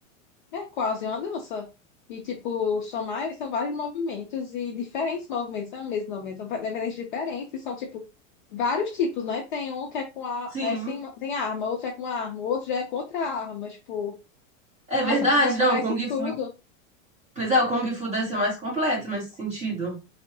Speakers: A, on the left; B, on the right.
A: É quase uma dança. E, tipo, são mais, são vários movimentos e diferentes movimentos, não é o mesmo movimento, são diferentes, diferentes, são, tipo, vários tipos, né? Tem um que é com a,
B: Sim.
A: é sem, tem arma, outro é com arma, outro já é com outra arma, tipo,
B: É
A: nossa,
B: verdade,
A: se decorar
B: não. O
A: isso
B: Kung
A: tudo,
B: Fu. Pois é, o Kung Fu deve ser mais completo nesse sentido.